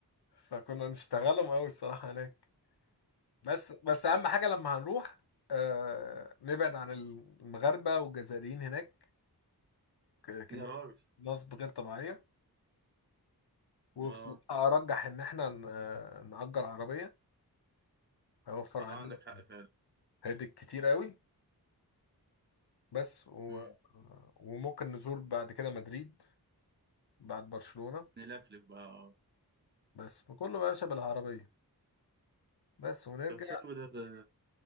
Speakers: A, on the left (about 80°); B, on the right (about 25°).
A: فكنا نشتغلهم قوي الصراحه هناك بس بس اهم حاجه لما هنروح آه نبعد عن المغاربه والجزائريين هناك ك- كمية
B: يا راجل
A: نصب غير طبيعية وبصراحة
B: اه
A: أرجح إن إحنا ن- آه، نأجر عربية هيوفر
B: اه
A: علينا
B: عندك حق فعلا
A: هادي كتير قوي بس و...
B: مم.
A: آه، وممكن نزور بعد كده مدريد بعد برشلونة
B: نلفلف بقى آه.
A: بس وكله بقى باشا بالعربية بس ونرجع
B: طب حلو ده, ده